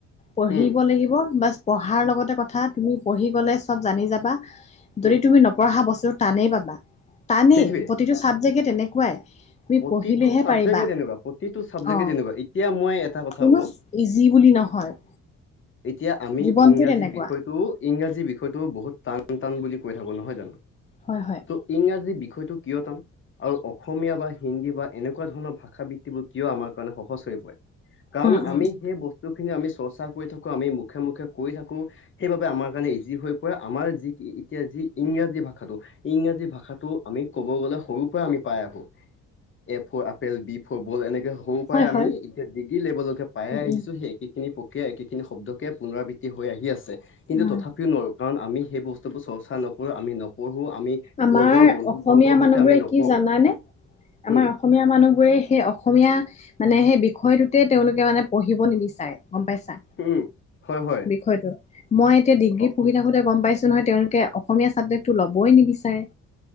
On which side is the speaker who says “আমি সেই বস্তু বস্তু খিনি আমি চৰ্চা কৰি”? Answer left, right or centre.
Left